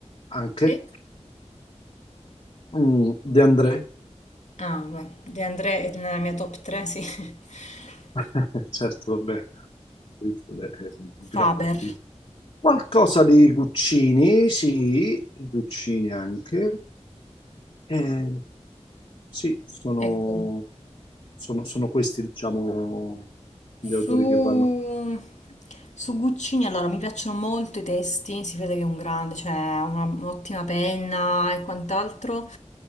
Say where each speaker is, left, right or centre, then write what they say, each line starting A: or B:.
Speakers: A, on the left (about 55°); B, on the left (about 90°).
A: anche,
B: sì?
A: Mm, De André.
B: Ah, beh, De André è nella mia top 3, sì, <laughs>
A: <laughs> Certo, vabbè, Visto, beh, è un grande
B: Faber,
A: artista. Qualcosa di Guccini, sì, Guccini anche. Eh, Sì, sono,
B: ecco.
A: sono- sono questi, diciamo, gli
B: Su,
A: autori che vanno.
B: su Guccini, allora mi piacciono molto i testi, si vede che è un grande, cioè ha una- un'ottima penna e quant'altro.